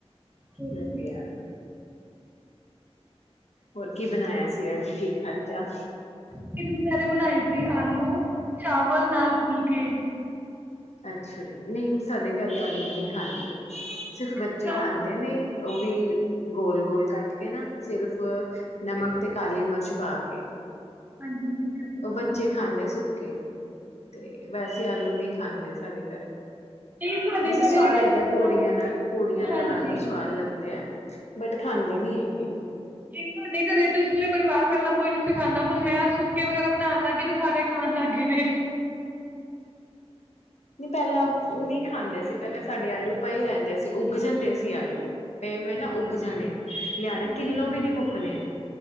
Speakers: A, on the right; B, on the left.
A: ਹੋਰ
B: ਵਧੀਆ ਹੋਰ ਕੀ ਬਣਾਇਆ ਸੀ? ਅੱਜ ਕੀ ਖਾਜਾ?
A: ਕੇ ਅਸੀ ਦੁਪੈਰੇ ਬਣਾਏ ਸੀ ਆਲੂ-ਚਾਵਲ ਨਾਲ ਫੁਲਕੇ।
B: ਅੱਛਾ ਜੀ ਨਈ ਸਾਡੇ ਘਰੇ ਆਲੂ ਨੀ ਖਾਂਦੇ। ਸਿਰਫ ਬੱਚੇ
A: ਅੱਛਾ।
B: ਖਾਂਦੇ ਨੇ। ਉਹ ਵੀ ਗੋਲ-ਗੋਲ ਕੱਟ ਕੇ ਨਾ ਸਿਰਫ
A: ਸੁੱਕੇ-ਸੁੱਕੇ।
B: ਨਮਕ ਤੇ ਕਾਲੀ ਮਿਰਚ ਪਾ ਕੇ
A: ਹਾਂਜੀ ਸੁੱਕੇ-ਸੁੱਕੇ।
B: ਉਹ ਬੱਚੇ ਖਾਂਦੇ ਸੁੱਕੇ ਤੇ ਵੈਸੇ ਆਲੂ ਨਹੀਂ ਖਾਂਦੇ ਸਾਡੇ ਘਰੇ
A: ਨਹੀਂ ਸਾਡੇ
B: ਵੈਸੇ ਸੁਵਾਦ
A: ਘਰੇ ਵੈਸੇ
B: ਲੱਗਦਾ ਪੁੜੀਆਂ ਨਾਲ ਪੁੜੀਆਂ ਨਾਲ
A: ਹਾਂਜੀ
B: ਆਲੂ ਸਆਦ ਲੱਗਦੇ ਆ। ਬਟ ਖਾਂਦੇ ਨੀ ਹੈਗੇ।
A: ਨਹੀਂ ਤੁਹਾਡੇ ਘਰੇ ਤੇ ਸੋਹਰੇ ਪਰਿਵਾਰ ਪਹਿਲਾਂ ਕੋਈ ਨੀ ਸਿ ਖਾਂਦਾ ਹੁਣ ਮੈਂ ਸੁੱਕੇ ਵਗੈਰਾ ਬਣਾਉਣ ਲੱਗ ਗਈ ਤੇ ਸਾਰੇ ਖਾਣ ਲੱਗ ਗਏ ਨੇ।
B: ਨਹੀਂ ਪਹਿਲਾਂ ਨਹੀਂ ਖਾਂਦੇ ਸੀ ਪਹਿਲਾਂ ਸਾਡੇ ਆਲੂ ਪਏ ਰਹਿੰਦੇ ਸੀ ਉਗ ਜਾਂਦੇ ਸੀ ਆਲੂ। ਪਏ ਹੋਏ ਨਾ
A: ਅੱਛਾ
B: ਉੱਗ ਜਾਣੇ ਲਿਆਣੇ
A: ਹਾਂਜੀ
B: ਕਿੱਲੋ ਵੀ ਨੀ ਮੁੱਕਣੇ